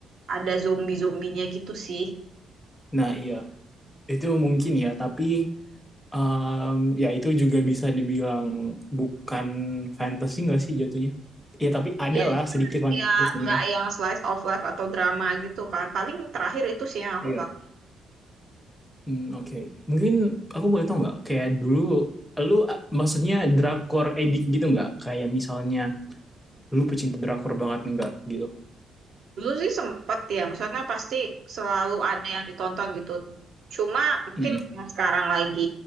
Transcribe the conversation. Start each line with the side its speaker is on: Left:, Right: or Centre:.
Right: ada zombie-zombinya gitu sih.
Centre: nah iya itu mungkin ya tapi Um, ya itu juga bisa dibilang bukan fantasi nggak sih jatuhnya? Ya tapi ada
Right: Iya,
Centre: lah
Right: cuma
Centre: sedikit fantasinya.
Right: ya nggak yang slice of life atau drama gitu kan. Paling terakhir itu sih yang aku
Centre: Iya.
Right: tahu.
Centre: Hmm, oke. Mungkin aku boleh tahu nggak kayak dulu lu a- maksudnya drakor edik gitu nggak? Kayak misalnya lu pecinta drakor banget nggak gitu?
Right: Dulu sih sempet ya, maksudnya pasti selalu ada yang ditonton gitu. Cuma mungkin
Centre: Mm-mm.
Right: karena sekarang lagi